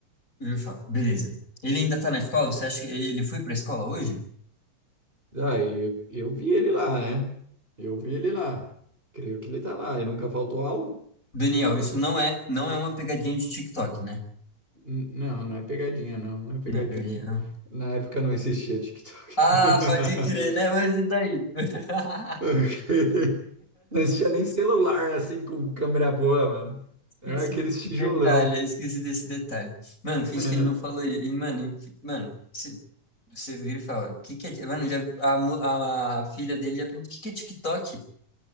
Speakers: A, on the left; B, on the right.
A: vira e fala, beleza. Ele ainda tá na escola? Você acha que ele foi pra escola hoje?
B: Ah, e eu, eu vi ele lá, né? Eu vi ele lá. Creio que ele tá lá. Ele nunca faltou aula.
A: Daniel,
B: Então,
A: isso
B: eu-
A: não é, não é uma pegadinha de TikTok, né?
B: N- não, não é pegadinha, não. Não é pegadinha.
A: Não é pegadinha, não.
B: Na época não existia TikTok.
A: Ah,
B: <laughs>
A: pode crer, né? Mas e daí? <laughs>
B: Ok. Não existia nem celular, assim, com câmera boa, mano. Era
A: Esqueci
B: aqueles tijolão.
A: desse detalhe, esqueci desse detalhe. Mano, finge
B: É,
A: que ele não falou isso. E, mano, e- mano, se- você vira e fala, que que é... ti-" Mano, já, a, mo- a, a filha dele já pergunta, o que que é TikTok?